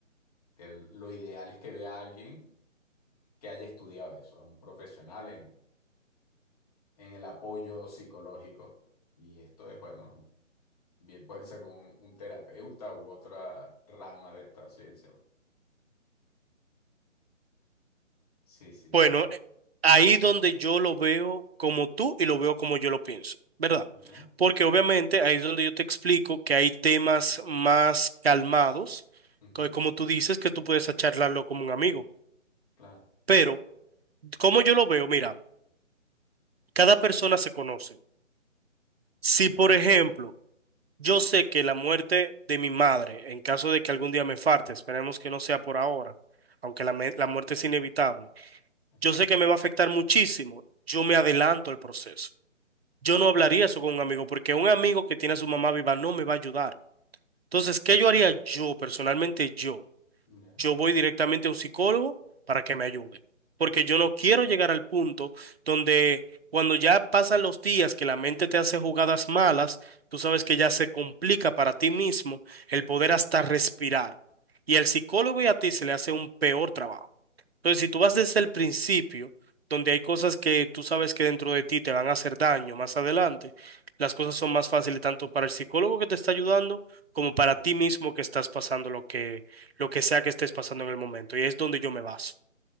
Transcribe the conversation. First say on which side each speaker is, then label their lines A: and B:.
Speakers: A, on the left; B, on the right.
A: que lo ideal es que vea a alguien que haya estudiado eso, a un profesional en, en el apoyo psicológico. Y esto es, bueno, un- bien puede ser un, un terapeuta u otra rama de esta ciencia. Sí, sí,
B: Bueno,
A: de verdad.
B: eh, ahí donde yo lo veo como tú y lo veo como yo lo pienso, ¿verdad?
A: ¿Ya?
B: Porque obviamente ahí es donde yo te explico que hay temas más calmados,
A: Ujú,
B: co- como tú dices, que tú puedes charlarlo como un amigo.
A: Claro,
B: Pero, como yo lo veo, mira, cada persona se conoce. Si,
A: sí,
B: por ejemplo, yo sé que la muerte de mi madre, en caso de que algún día me falte, esperemos que no sea por ahora, aunque la, me- la muerte es inevitable,
A: exacto.
B: yo sé que me va a afectar muchísimo, yo me adelanto al proceso. Yo no hablaría eso con un amigo, porque un amigo que tiene a su mamá viva no me va a ayudar. Entonces, ¿qué yo haría yo, personalmente yo?
A: ¿Ya?
B: yo voy directamente a un psicólogo para que me ayude. Porque yo no quiero llegar al punto donde cuando ya pasan los días que la mente te hace jugadas malas, tú sabes que ya se complica para ti mismo el poder hasta respirar. Y al psicólogo y a ti se le hace un peor trabajo. Entonces, si tú vas desde el principio, donde hay cosas que tú sabes que dentro de ti te van a hacer daño más adelante, las cosas son más fáciles tanto para el psicólogo que te está ayudando como para ti mismo que estás pasando lo que lo que sea que estés pasando en el momento. Y es donde yo me baso.